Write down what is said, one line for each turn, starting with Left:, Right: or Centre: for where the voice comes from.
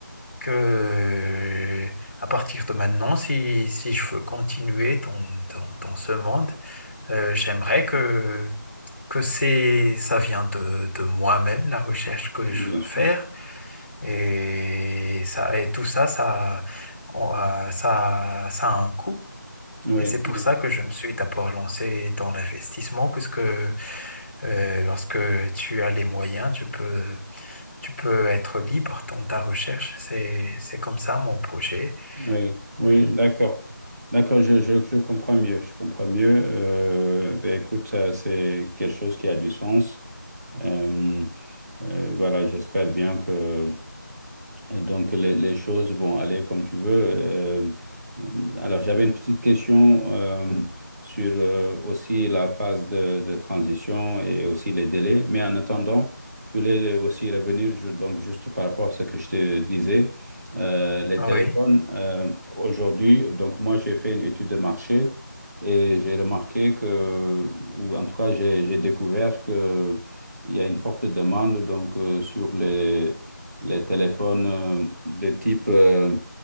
Left: que euh, à partir de maintenant, si, si je veux continuer dans, dans, dans ce monde, euh, j'aimerais que, que c'est, ça vient de, de moi-même, la recherche que
Right: Bien
Left: je veux
Right: sûr.
Left: faire. Et, ça, et tout ça, ça, on- euh, ça, ça a un coût.
Right: Oui,
Left: Et c'est pour
Right: oui,
Left: ça que je me suis d'abord lancé dans l'investissement, puisque euh, lorsque tu as les moyens, tu peux, tu peux être libre dans ta recherche. C'est, c'est comme ça mon projet.
Right: oui, oui,
Left: Mm.
Right: d'accord. D'accord, je, je, je comprends mieux. Je comprends mieux. Euh, ben écoute, ça, c'est quelque chose qui a du sens. Euh, euh, voilà, j'espère bien que Et donc, les, les choses vont aller comme tu veux. Euh, euh, alors, j'avais une petite question euh, sur euh, aussi la phase de, de transition et aussi les délais. Mais en attendant, je voulais aussi revenir ju- donc juste par rapport à ce que je te disais. Euh, les
Left: Oui,
Right: téléphones, euh, aujourd'hui, donc moi, j'ai fait une étude de marché et j'ai remarqué que, ou en tout cas, j'ai j'ai découvert que il y a une forte demande donc euh, sur les les téléphones euh, de type euh,